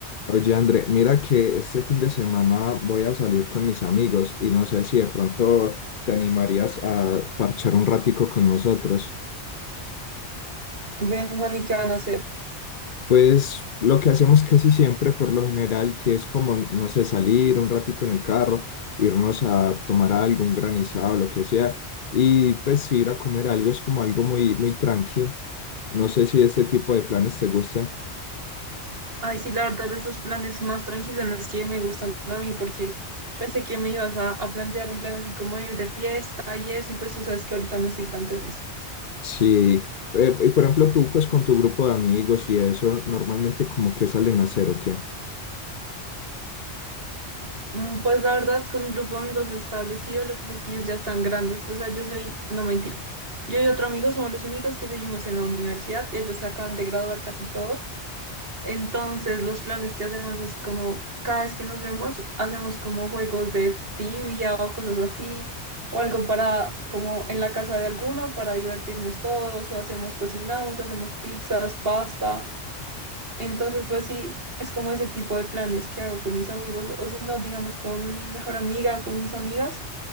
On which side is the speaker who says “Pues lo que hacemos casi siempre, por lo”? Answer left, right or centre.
Left